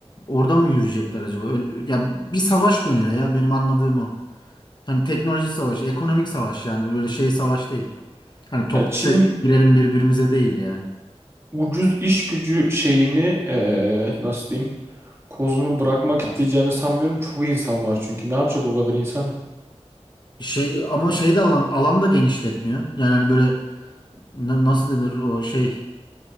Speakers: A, on the left; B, on the right.
A: Orada mı yürüyecekler acaba? Öyle- ya bir savaş dönüyor ya benim anladığım o. Hani teknoloji savaşı, ekonomik savaş yani böyle şey savaş değil. Hani top
B: Ya Çin'in
A: tüfek girelim birbirimize değil yani.
B: ucuz iş gücü şeyini ee, nasıl diyeyim? Kozunu bırakmak isteyeceğini sanmıyorum. Çok insan var çünkü. Ne yapacak o kadar insanı?
A: Şey ama şey de alan alan da genişletmiyor. Yani hani böyle na- nasıl denir o şey